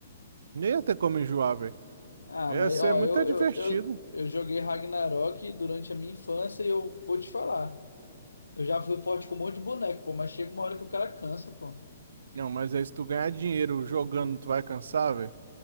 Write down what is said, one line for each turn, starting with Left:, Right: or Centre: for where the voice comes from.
Right: Nem ia ter como enjoar, velho.
Left: Ah,
Right: Esse
Left: mas ó,
Right: é muito
Left: eu,
Right: divertido.
Left: eu, eu, eu joguei Ragnarok durante a minha infância e eu vou te falar. Eu já fui forte com um monte de boneco, pô, mas chega uma hora que o cara cansa, pô.
Right: Não, mas aí se tu ganhar dinheiro jogando, tu vai cansar, velho?